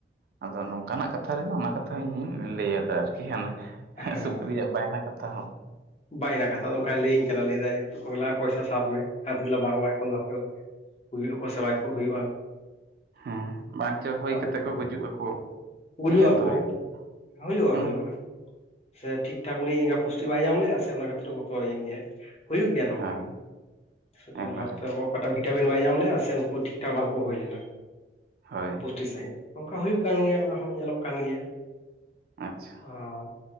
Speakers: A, on the right; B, on the left.
A: ᱟᱫᱚ ᱱᱚᱝᱠᱟ ᱱᱟᱜ ᱠᱟᱛᱷᱟ ᱨᱮᱜᱮ ᱚᱱᱟ ᱠᱟᱛᱷᱟᱧ ᱞᱟᱹᱭ ᱟᱫᱟ ᱟᱨᱠᱤ ᱾
B: ᱦᱮᱸ
A: ᱥᱩᱠᱨᱤᱭᱟᱜ ᱵᱟᱭᱱᱟ ᱠᱟᱛᱷᱟ ᱦᱚᱸ
B: ᱵᱟᱭᱱᱟ ᱠᱟᱛᱷᱟ
A: ᱟᱫᱚ
B: ᱚᱱᱠᱟᱭ ᱞᱟᱹᱭᱟᱹᱧ ᱠᱟᱱᱟ ᱞᱟᱹᱭᱮᱫᱟᱭ ᱠᱚᱭᱞᱟ ᱯᱚᱭᱥᱟ ᱥᱟᱵ ᱢᱮ ᱟᱨ ᱞᱟᱹᱭ ᱮᱫᱟ ᱵᱟᱝ ᱵᱟᱝ ᱮᱠᱷᱚᱱ ᱦᱩᱭᱩᱜ ᱟᱠᱚ ᱥᱮ ᱵᱟᱝ ᱠᱚ ᱦᱩᱭᱩᱜᱼᱟ ᱾
A: ᱦᱩᱸ ᱵᱟᱝᱪᱚ ᱦᱳᱭ
B: ᱟᱫᱚ
A: ᱠᱟᱛᱮᱜ ᱠᱚ ᱜᱩᱡᱩᱜ ᱟᱠᱚ,
B: ᱜᱩᱡᱩᱜ
A: ᱱᱤᱭᱟᱹᱛᱚ
B: ᱟᱠᱚ
A: ᱦᱩᱭᱩᱜ-ᱟ
B: ᱦᱩᱭᱩᱜᱼᱟ
A: ᱦᱢᱸ
B: ᱦᱩᱭᱩᱜᱼᱟ ᱥᱮ ᱴᱷᱤᱠ ᱴᱷᱟᱠ ᱩᱱᱤ ᱮᱸᱜᱟ ᱯᱩᱥᱴᱤ ᱵᱟᱭ ᱧᱟᱢ ᱞᱮᱼᱟ ᱥᱮ ᱚᱱᱟ ᱠᱷᱟᱹᱛᱤᱨ ᱮ ᱜᱚᱛᱚᱭᱮᱱ ᱜᱮᱭᱟᱭ ᱾ ᱦᱩᱭᱩᱜ ᱜᱮᱭᱟ ᱱᱚᱝᱠᱟ
A: ᱦᱮᱸ
B: ᱥᱮᱛᱚᱱᱚ
A: ᱮᱠᱵᱟᱨᱮ
B: ᱵᱷᱟᱵᱛᱮ ᱦᱚ ᱚᱠᱟᱴᱟᱜ ᱵᱷᱤᱴᱟᱢᱤᱱ ᱵᱟᱭ ᱧᱟᱢ ᱞᱮᱼᱟ ᱥᱮ ᱩᱱᱠᱩ ᱴᱷᱤᱠ ᱴᱷᱟᱠ ᱵᱟᱝᱠᱚ ᱦᱩᱭ ᱞᱮᱱᱟ
A: ᱦᱳᱭ
B: ᱯᱩᱥᱴᱤ ᱥᱟᱺᱦᱤᱡ ᱾ ᱚᱝᱠᱟ ᱦᱩᱭᱩᱜ ᱠᱟᱱ ᱜᱮᱭᱟ ᱚᱱᱟ ᱦᱚᱸ ᱧᱮᱞᱚᱜ ᱠᱟᱱ ᱜᱮᱭᱟ ᱾
A: ᱟᱪᱪᱷᱟ ᱾
B: ᱚ